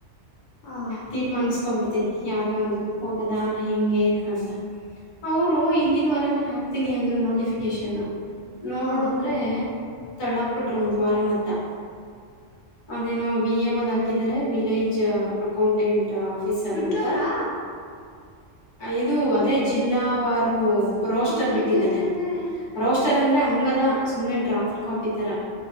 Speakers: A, on the left; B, on the left.
A: ಹಾ
B: ತೀರ್ಮಾನಿಸಕೊಬಿಡ್ತೀನಿ ಯಾವ್ದೋ ಒಂದು ಹೋಗದ ಹೆಂಗೆ ಅಂತ ಅವರು ಹಿಂದಿನ ವಾರಾನೇ ಹಾಕ್ತೀನಿ ಅಂದ್ರು ನೋಟಿಫಿಕೇಶನ್ ನೋಡಿದ್ರೆ
A: ಹಾ
B: ತಳ್ಳಾಕ್ಬಿಟ್ರು ಒಂದು ವಾರ ನತ್ತ ಅದೇನೋ ಬಿ ಎ ಒದ್ ಹಾಕಿದರೆ ವಿಲೇಜ್ ಹ ಅಕೌಂಟೆಂಟ್ ಆಫೀಸರ್
A: ಬಿಟ್ಟವ್ರಾ
B: ಅಂತ ಇದು ಅದೇ ಜಿಲ್ಲಾವಾರು ರೋಸ್ಟರ್
A: ಅದೇ
B: ಬಿಟ್ಟಿದ್ದಾನೆ
A: ಅದೇ ಅದೇ ಅದೇ
B: ರೋಸ್ಟರ್ ಅಂದ್ರೆ ಹಂಗಲ್ಲ ಸುಮ್ಮ್ನೆ ಡ್ರಾಫ್ಟ್ ಕಾಪಿ ತರ